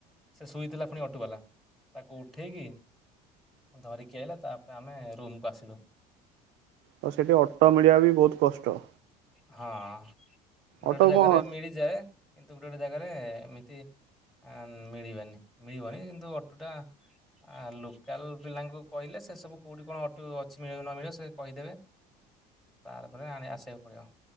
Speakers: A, in the centre; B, on the right.
A: ସେ ଶୋଇଥିଲା ପୁଣି ଅଟୋବାଲା। ତାକୁ ଉଠେଇକି ଧରିକି ଆଇଲା ତାପରେ ଆମେ ରୁମ୍ କୁୁ ଆସିଲୁ।
B: ତ ସେଠି ଅଟୋ ମିଳିବା ବି ବହୁତ କଷ୍ଟ।
A: ହଁ ଗୋଟେ
B: ଅଟୋ
A: ଗୋଟେ ଜାଗାରେ
B: କଣ
A: ମିଳିଯାଏ। କିନ୍ତୁ ଗୋଟେ ଗୋଟେ ଜାଗାରେ ଏମିତି ଆ, ମିଳିବନି ମିଳିବନି କିନ୍ତୁ ଅଟୋଟା ଆ, ଲୋକାଲ ପିଲାଙ୍କୁ କହିଲେ ସେ ସବୁ କୋଉଠି କଣ ଅଟୋ ଅଛି ମିଳିବ କି ନ ମିଳିବ ସେ କହିଦେବେ। ତାରପରେ ଆଣି ଆସିବାକୁ ପଡିବ।